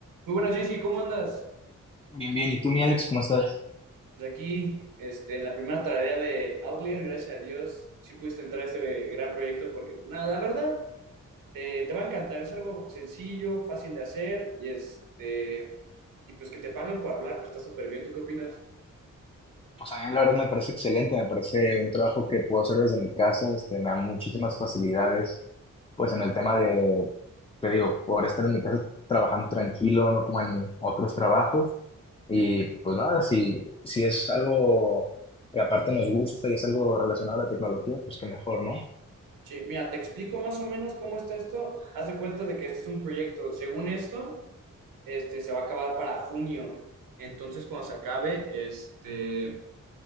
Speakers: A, on the right (about 85°); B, on the left (about 20°).
A: Muy buenas, Jessy, ¿cómo andas?
B: Bien, bien. ¿Y tú, mi Alex, cómo estás?
A: Pues aquí, este, en la primera tarea de Outlier, gracias a Dios, sí pudiste entrar a este gran proyecto porque, pues, nada, la verdad, te, te va a encantar. Es algo sencillo, fácil de hacer y, este, y pues que te paguen por hablar, pues está súper bien. ¿Tú qué opinas?
B: Pues a mí la verdad me parece excelente, me parece un trabajo que puedo hacer desde mi casa, este, me da muchísimas facilidades, pues en el tema de, te digo, poder estar en mi casa trabajando tranquilo, no como en otros trabajos. Y pues nada, si, si es algo que aparte nos gusta y es algo relacionado a la tecnología, pues qué mejor, ¿no?
A: Sí, mira, te explico más o menos cómo está esto. Haz de cuenta de que este es un proyecto. Según esto, este, se va a acabar para junio. Entonces, cuando se acabe, este...